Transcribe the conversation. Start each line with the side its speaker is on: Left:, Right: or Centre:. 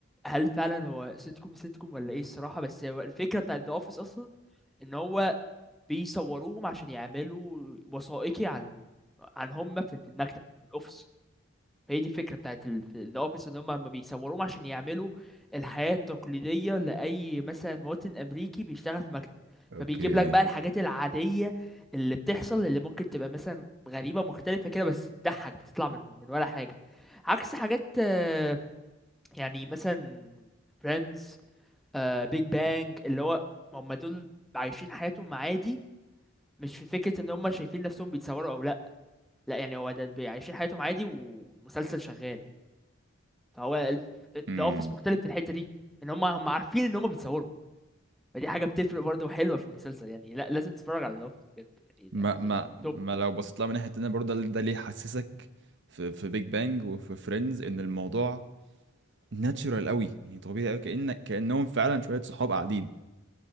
Centre: هل فعلا هو سيت كوم سيت كوم ولا ايه الصراحه بس هو الفكره بتاعت ذا اوفيس اصلا ان هو بيصوروهم عشان يعملوا وثائقي عن عن هم في في المكتب في الاوفيس فهي دي الفكره بتاعت ذا اوفيس ان هم ما بيصوروهم عشان يعملوا الحياه التقليديه لاي مثلا مواطن امريكي بيشتغل في مكتب
Right: اوكي
Centre: فبيجيب لك بقى الحاجات العاديه اللي بتحصل اللي ممكن تبقى مثلا غريبه مختلفه كده بس تضحك بتطلع من من ولا حاجه عكس حاجات آه، يعني مثلا فريندز بيج بانج اللي هو هم دول عايشين حياتهم عادي مش في فكرة ان هم شايفين نفسهم بيتصوروا او لا لا يعني هو ده بي- عايشين حياتهم عادي ومسلسل شغال هو الف-
Right: امم
Centre: ذا اوفيس مختلف في الحته دي ان هم هم عارفين ان هم بيتصوروا فدي حاجه بتفرق برضه حلوه في المسلسل يعني لا لازم تتفرج على ذا اوفيس بجد يعني
Right: ما ما
Centre: ده من
Right: ما
Centre: توب
Right: لو بصيت لها من ناحيه تانية برضه ده ليه حسسك في في بيج بانج وفي فريندز ان الموضوع ناتشورال قوي يعني طبيعي قوي كأن كأنهم فعلا شويه صحاب قاعدين